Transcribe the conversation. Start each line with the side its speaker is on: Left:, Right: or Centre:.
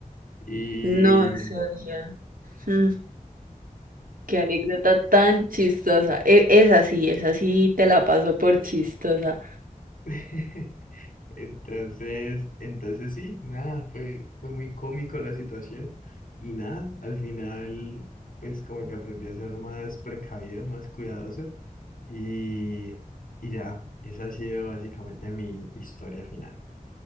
Left: Y,
Right: No, Sergio. mm, qué anécdota tan chistosa. E- esa sí, esa sí te la paso por chistosa.
Left: <laughs> Entonces, entonces sí, nada, fue, fue muy cómico la situación y nada, al final pues como que aprendí a ser más precavido, más cuidadoso y, y ya, esa ha sido básicamente mi historia final.